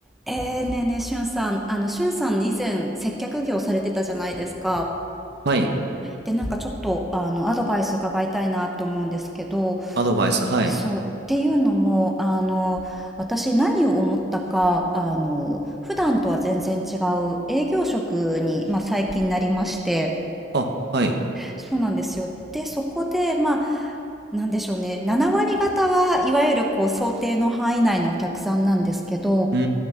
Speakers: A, in the centre; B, on the right.
A: えー、ねえねえ、しゅんさん、あの、しゅんさん以前接客業されてたじゃないですか。
B: はい。
A: で、なんかちょっと、あの、アドバイス伺いたいなって思うんですけど、
B: アドバイス、はい。
A: そう、っていうのも、あの、私何を思ったか、あの、普段とは全然違う営業職に、まあ、最近なりまして、
B: あ、はい。
A: そうなんですよ。で、そこで、まあ、なんでしょうね、7割方はいわゆるこう想定の範囲内のお客さんなんですけど、
B: うー